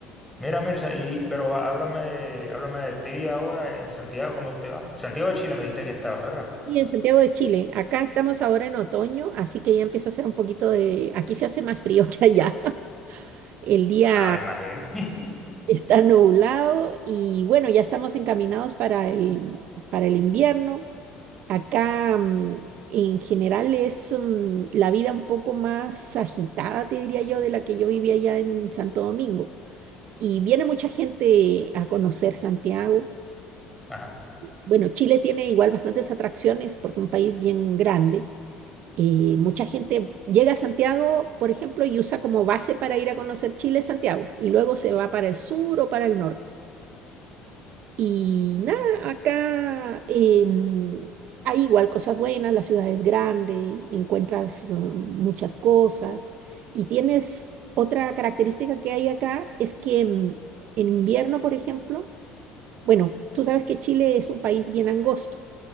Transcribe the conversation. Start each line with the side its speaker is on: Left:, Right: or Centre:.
Centre: Mira, Mirza, y, pero háblame, háblame de ti ahora en Santiago, ¿cómo te va? Santiago de Chile me dijiste que estabas, ¿verdad?
Right: Y en Santiago de Chile, acá estamos ahora en otoño, así que ya empieza a hacer un poquito de, aquí se hace más frío que allá. <laughs> El día
Centre: Ah, me imagino. <laughs>
Right: está nublado y bueno, ya estamos encaminados para el, para el invierno. Acá mm, en general es mm, la vida un poco más agitada, te diría yo, de la que yo vivía allá en Santo Domingo. Y viene mucha gente a conocer Santiago.
Centre: Ajá,
Right: Bueno, Chile tiene igual bastantes atracciones porque es un país bien grande Y mucha gente llega a Santiago, por ejemplo, y usa como base para ir a conocer Chile Santiago, y luego se va para el sur o para el norte. Y nada, acá em, hay igual cosas buenas, la ciudad es grande, encuentras eh, muchas cosas, y tienes otra característica que hay acá, es que em, en invierno, por ejemplo, bueno, tú sabes que Chile es un país bien angosto.